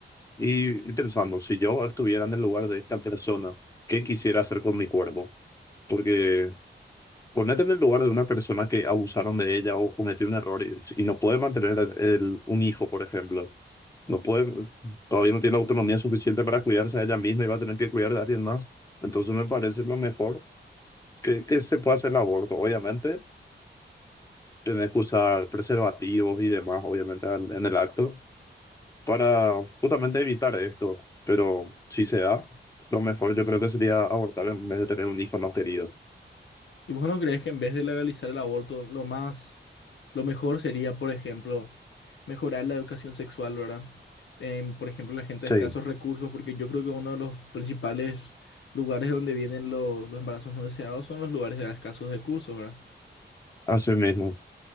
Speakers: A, on the left; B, on the left.
A: y, y pensando, si yo estuviera en el lugar de esta persona, ¿qué quisiera hacer con mi cuerpo? Porque Ponete en el lugar de una persona que abusaron de ella o cometió un error y, y no puede mantener el- el- un hijo, por ejemplo. No puede, todavía no tiene la autonomía suficiente para cuidarse de ella misma y va a tener que cuidar de alguien más. Entonces me parece lo mejor que, que se pueda hacer el aborto. Obviamente, tenés que usar preservativos y demás, obviamente, en, en el acto, para justamente evitar esto. Pero si se da, lo mejor yo creo que sería abortar en vez de tener un hijo no querido.
B: ¿Y vos no crees que en vez de legalizar el aborto, lo más Lo mejor sería, por ejemplo, mejorar la educación sexual, ¿verdad? En, por ejemplo, la gente
A: Sí,
B: de escasos recursos, porque yo creo que uno de los principales lugares donde vienen los, los embarazos no deseados son los lugares de escasos recursos, ¿verdad?
A: así mismo.